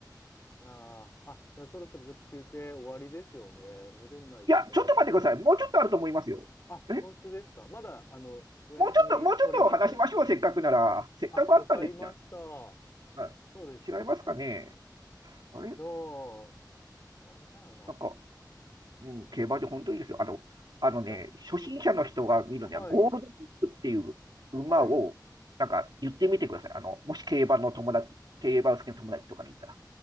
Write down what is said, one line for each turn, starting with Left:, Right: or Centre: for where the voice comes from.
Left: あーあ、じゃあそろそろちょっと休憩終わりですよね。戻んないといけないですよね。
Right: いや、ちょっと待ってください。
Left: 仕事の方。
Right: もうちょっとあると思いますよ。
Left: あ、
Right: え
Left: 本当ですか。まだ、あの、お休み取れます。
Right: もうちょっと、もうちょっと話しましょう。せっかくなら。せっかくあったんですじゃないです
Left: あ、わかりました。そ
Right: か。はい
Left: うですよね。
Right: 違いますかね。あれ
Left: じゃあ、あれだよ
Right: なんか、うん、競馬場本当にいいですよ。あの、あのね、
Left: な。
Right: 初心者の人が見るには、
Left: え、い、はい、
Right: ゴールドチップっていう馬を、
Left: はい。
Right: なんか言ってみてください。あの、もし競馬の友達、競馬好きの友達とかにいたら、